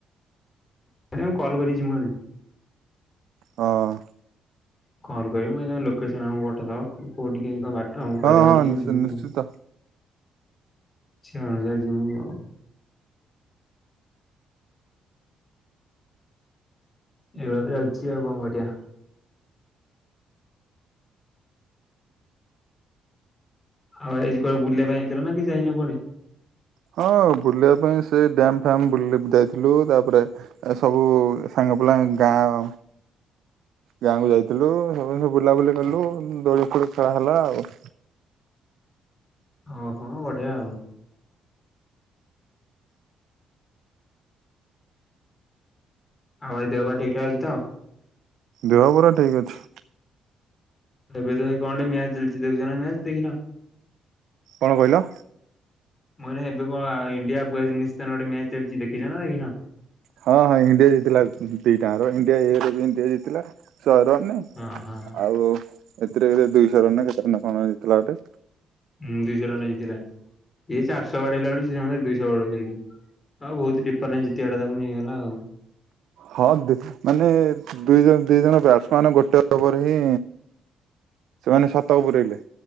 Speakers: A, on the left; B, on the right.
A: ଆରେ ମୁ କଲ୍ କରିଯିମୁ ଆମେ।
B: ହଁ।
A: କଲ୍ କରିମୁ ମୁଏଇନା ଲୋକେସନ ଆମକୁ ପଠେଇଦବ କୋଉଠି କେମିତି କଁ ବା ଟ
B: ହଁ
A: କହିଦବ
B: ହଁ
A: ଟିକେ ଯିମୁ
B: ନିଶ୍ଚିତ।
A: ଆଉ ସେଇ ଅନୁସାରେ ଯିମୁ ଆଉ। ଏଇଭଳିଆ ଚାଲିଚି ଆଉ କଣ କରିବା। ଆଉ ଏଇ ଆଜି କୁଆଡ଼େ ବୁଲିବାପାଇଁ ଜାଇଥିଲନା କି ଯାଇନ କୁଆଡ଼େ
B: ହଁ ବୁଲିବା ପାଇଁ ସେ ଡ୍ୟମ୍ ଫ୍ୟାମ୍ ଯାଇଥିଲୁ ତାପରେ ଏ ସବୁ ସାଙ୍ଗ ପିଲା ଗାଁ ଗାଁକୁ ଯାଇଥିଲୁ ସବୁ ସୁବୁ ବୁଲାବୁଲି କଲୁ ଦୋଳି ଫୋଳି ଖେଳା ହେଲା ଆଉ।
A: ହଁ ହଁ ବଢ଼ିଆ ଆଉ। ଆଉ ଏଇ ଦେହପା ଠିକଠାକ ଅଛିତ?
B: ଦେହ ପରା ଠିକ୍ ଅଛି।
A: ଏବେତ ଭାଇ କଣ ମ୍ୟାଚ୍ ଚାଲିଚି ଦେଖୁଚନା ମ୍ୟାଚ୍ ଦେଖିନ।
B: କଣ କହିଲ?
A: ମୁଁ ଏବେ କଣ ଇଣ୍ଡିଆ ପାକିସ୍ତାନ ଗୋଟେ ମ୍ୟାଚ୍ ଚାଲିଚି ଦେଖିଚନା ଦେଖିନ?
B: ହଁ ହଁ ଇଣ୍ଡିଆ ଜିତିଲା ଦିଇ ଟାଙ୍କର ଇଣ୍ଡିଆ ଇଏରବି ଇଣ୍ଡିଆ ଜିତିଲା ଶହେ ରନ୍ ରେ।
A: ହଁ ହଁ।
B: ଆଉ ଏଥିରେ ଦୁଇଶହ ରନା କେତେ କଣ ଜିତିଲା ଗୋଟେ।
A: ହୁଁ ଦୁଇଶହ ରନ୍ ଜିତିଲା ଇଏ ଚାରିଶହ ବାଡ଼େଇଲା ବୋଲି ସେଦୁଇଶହ ବାଡ଼େଚନ୍ତି। ହଉ ବହୁତ୍ ଡିପାର ନାଁ ଜିତିଗଲା ତାକୁ ନେଇଗଲା ଆଉ।
B: ହଁ ମାନେ ଦୁଇ ଜଣ ଦିଇ ଜଣ ବ୍ୟାଟ୍ସମାନେ ଗୋଟେ ଓଭର ହିଁ ସେମାନେ ସତକୁ ପୁରଇଲେ।